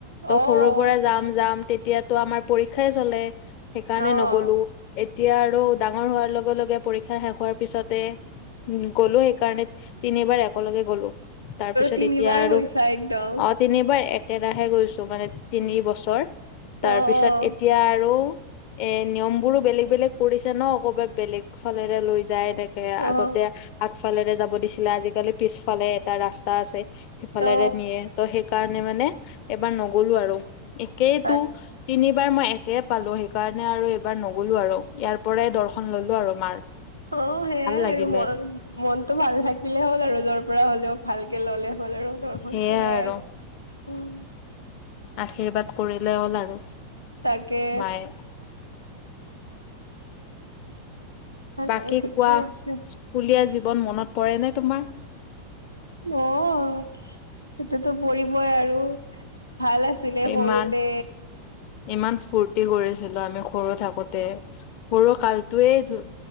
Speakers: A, on the left (about 45°); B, on the right (about 80°).
A: ত'
B: অ
A: সৰুৰ পৰা যাম যাম তেতিয়াতো আমাৰ পৰীক্ষাই চলে। সেইকাৰণে
B: অ', অ',
A: নগলো এতিয়া আৰু ডাঙৰ হোৱাৰ লগে লগে পৰীক্ষা শেষ হোৱাৰ পিছতে উম গ'লো সেইকাৰণে তিনিবাৰ একেলগে গ'লো। তাৰপিছত
B: তিনিবাৰ
A: এতিয়া আৰু
B: গৈছা একদম
A: অ তিনিবাৰ এক তেৰাহে গৈছোঁ মানে তিনি বছৰ তাৰপিছত
B: অ', অ',
A: এতিয়া আৰু এ নিয়ম বোৰো বেলেগ বেলেগ পৰিছে ন কব বেলেগ ফালেৰে লৈ যায় এনেকে
B: অ',
A: আগতে আগফালেৰে যাব দিছিলে আজিকালি পিছফালে এটা ৰাস্তা আছে সিফালেৰে
B: অ',
A: নিয়ে ত সেইকাৰণে মানে এবাৰ নগলো আৰু একেইতো
B: তাক
A: তিনিবাৰ মই একে পালো সেইকাৰণে আৰু এইবাৰ নগ'লো আৰু ইয়াৰ পৰাই দৰ্শন ললো আৰু মাৰ
B: অ সেয়াই
A: ভাল লাগিলে
B: আৰু মন মনতটো ভাল থাকিলে হ'ল আৰু যৰ পৰা হলেও ভালকে ললে হ হল আৰু দৰ্শনটো
A: সেইয়াই
B: সে
A: আৰু
B: উম
A: আশীৰ্বাদ কৰিলে হ'ল আৰু
B: তাকে
A: মায়ে
B: ভালে
A: বাকী
B: ঠিকে
A: কোৱা
B: আছে
A: স্কুলীয়া জীৱন মনত পৰে নে তোমাৰ
B: অ সটোতো পৰিবই আৰু ভাল আছিলে
A: ইমান
B: সৰুতে
A: ইমান ফূুৰ্তি কৰিছিলো আমি সৰু থাকোতে সৰু কালটোয়ে